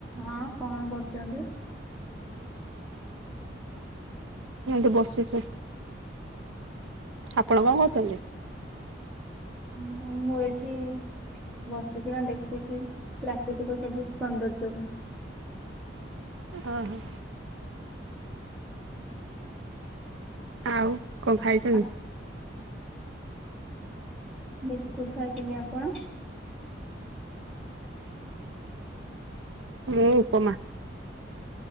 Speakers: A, in the centre; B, on the right.
A: ହଁ କଣ କରୁଚନ୍ତି?
B: ଏଠି ବସିଚି। ଆପଣ କଣ କହୁଚନ୍ତି?
A: ହ ହଁ ମୁଁ ଏଇଠି ବସିକି ନା ଦେଖୁଚି ପ୍ରାକୃତିକ ସବୁ ସୌନ୍ଦର୍ଯ୍ୟ କୁ।
B: ଓହୋ। ଆଉ କଣ ଖାଇଚନ୍ତି?
A: ଆ, ବିସ୍କୁଟ ଖାଇଥିଲି। ଆପଣ?
B: ମୁଁ ଉପମା।